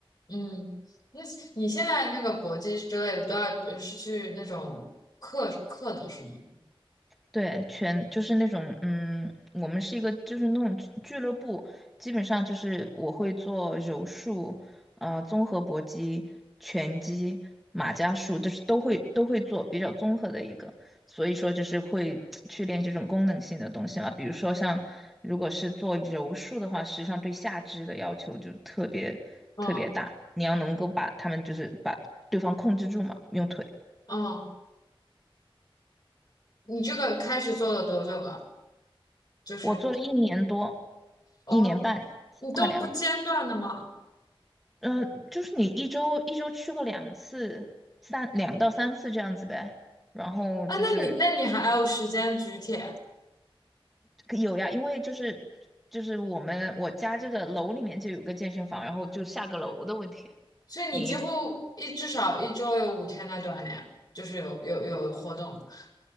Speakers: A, on the left; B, in the centre.
A: 嗯，那你现在那个搏击之类的都要呃是去那种课课的是吗？
B: 对，全就是那种，嗯，我们是一个就是那种俱俱乐部，基本上就是我会做柔术，呃，综合搏击、拳击、马家术，就是都会都会做，比较综合的一个。所以说就是会去练这种功能性的东西嘛，比如说像如果是做柔术的话，实际上对下肢的要求就特别特别大，
A: 嗯
B: 你要能够把他们就是把对方控制住嘛，用腿。
A: 嗯，你这个开始做了多久了？就是
B: 我做了一年多，
A: 哦，
B: 一年半，
A: 你都不间断的吗？
B: 快两年。嗯，就是你一周一周去过两次，三两到三次这样子呗。然后就是
A: 啊，那你那你还有时间举铁，
B: 有呀，因为就是就是我们我家这个楼里面就有个健身房，然后就下个楼的问题。
A: 所以你几乎一至少一周有五天在锻炼，
B: 你。
A: 就是有有有活动 <laughs>。